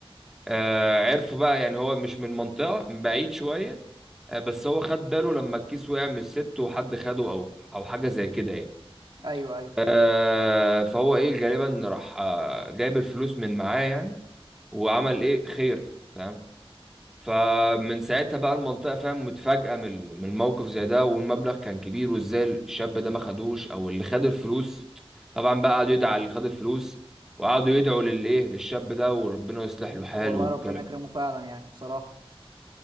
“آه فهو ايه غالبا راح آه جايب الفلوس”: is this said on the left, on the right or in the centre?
Centre